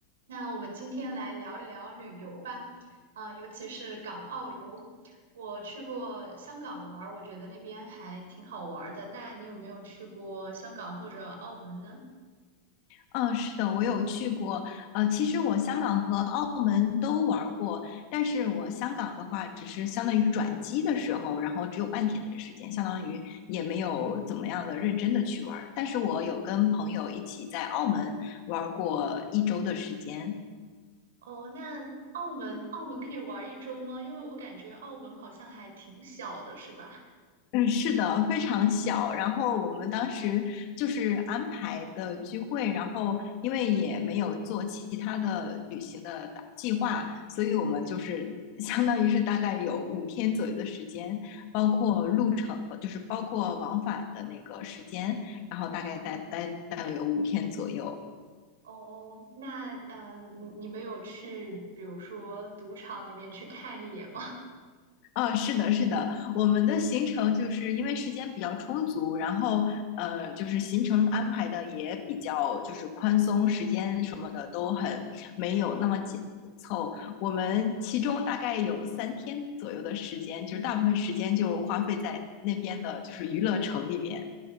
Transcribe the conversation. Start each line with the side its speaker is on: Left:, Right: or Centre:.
Right: 那我们今天来聊一聊旅游吧，啊、尤其是港澳游。我去过香港玩儿，我觉得那边还挺好玩儿的。那你有没有去过香港或者澳门呢？
Left: 嗯，是的，我有去过。呃，其实我香港和澳门都玩儿过，但是我香港的话，只是相当于转机的时候，然后只有半天的时间，相当于也没有怎么样的认真的去玩儿。但是我有跟朋友一起在澳门玩儿过一周的时间。
Right: 哦，那澳门，澳门可以玩一周吗？因为我感觉澳门好像还挺小的，是吧？
Left: 嗯，是的，非常小。然后我们当时就是安排的聚会，然后因为也没有做其他的旅行的打计划，所以我们就是 <laughs> 相当于是大概有五天左右的时间，包括路程，就是包括往返的那个时间，然后大概待待待了有五天左右。
Right: 哦，那嗯、呃你你们有去，比如说赌场里面去看一眼吗？
Left: 啊，是的，是的，我们的行程就是因为时间比较充足，然后呃，就是行程安排的也比较就是宽松，时间什么的都很没有那么紧凑。我们其中大概有三天左右的时间，就是大部分时间就花费在那边的就是娱乐城里面，